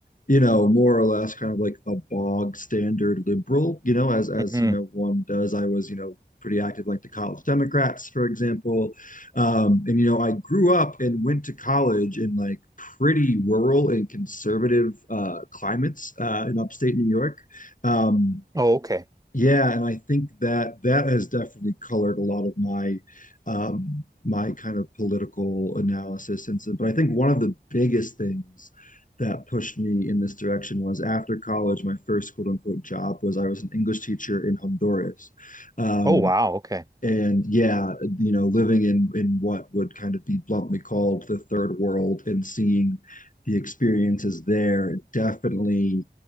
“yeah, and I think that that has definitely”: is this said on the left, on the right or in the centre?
Left